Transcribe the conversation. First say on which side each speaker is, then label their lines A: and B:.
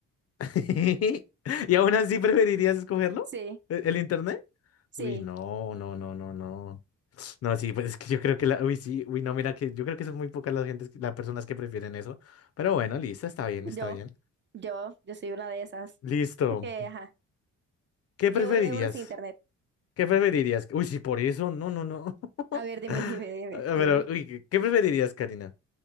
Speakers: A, on the left; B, on the right.
A: <laughs> ¿Y aún así preferirías escogerlo?
B: Sí,
A: ¿E- ¿El internet?
B: sí.
A: Uy, no, no, no, no, no. No, sí, pues es que yo creo que la, uy, sí, uy, no, mira que yo creo que son muy pocas las gentes, las personas que prefieren eso. Pero bueno, listo, está bien,
B: Yo,
A: está bien.
B: yo, yo soy una de esas.
A: Listo.
B: Porque, ajá.
A: ¿Qué preferirías?
B: ¿Qué haría uno sin internet?
A: ¿Qué preferirías? Uy, sí, por eso, no, no, no.
B: A ver,
A: <laughs>
B: dime,
A: A-
B: dime, dime,
A: Pero,
B: dime.
A: uy, ¿qué qué preferirías, Karina?